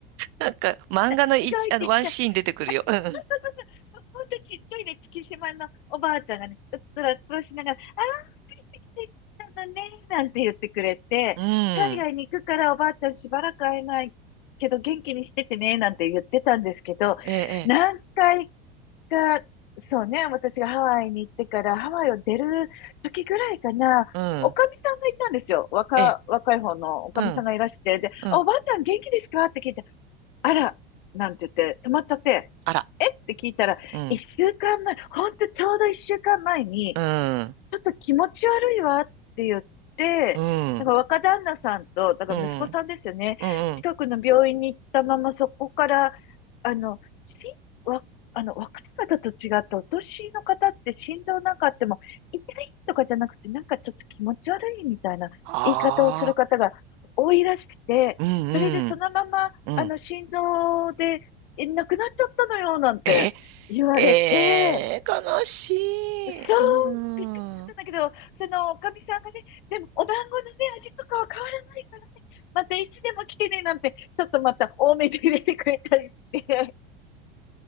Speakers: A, on the right (about 45°); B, on the left (about 60°).
A: なんか漫画の一、
B: すごいちっちゃい。
A: あの、ワンシーン出てくるよ。
B: <laughs> あそうそうそうそう。
A: うん。
B: ほんとちっちゃいね、月島のおばあちゃんがね、うっつらうっつらしながら、ああ、帰ってきてたのね、なんて言ってくれて、
A: う
B: 海外に行くからおばあちゃんしばらく会えないけど元気にしててね、
A: ん。
B: なんて言ってたんですけど、
A: ええ、
B: 何回か、そうね、私がハワイに行ってからハワイを出る時ぐらいかな、
A: ええ、
B: おかみさんがいたんですよ。
A: うん。
B: 若、
A: ええ、
B: 若い方のおかみさんがいらして、
A: うん。
B: で、
A: うん。
B: あ、おばあちゃん元気ですかって聞いて、あら、なんて言って、止まっちゃって、
A: あら。
B: えって聞いたら、
A: うん、
B: 一週間前、ほんとちょうど一週間前に、
A: うん、
B: ちょっと気持ち悪いわって言って、
A: うん、
B: なんか若旦那さんと、だから息子さんですよね。
A: うん、うん、
B: 近くの病院に行ったままそこから、
A: うん、
B: あの、しわ、あの、若い方と違ってお年の方って心臓なんかあっても、痛いとかじゃなくて、なんかちょっと気持ち悪いみたいな言い方をする方が多いらしくて、
A: ああ、うん、
B: それでそのまま、
A: うん。うん
B: あの、心臓でえ亡くなっちゃったのよ、なんて言われて、
A: え、えー、悲しい。
B: そう、
A: うん、
B: もうびっくりしちゃったんだけど、
A: う
B: そのおかみさんがね、でもお団子のね、味とかは変わらないからね、またいつでも来てね、なんて、ちょっとまた多めで入れてくれたりして、<laughs>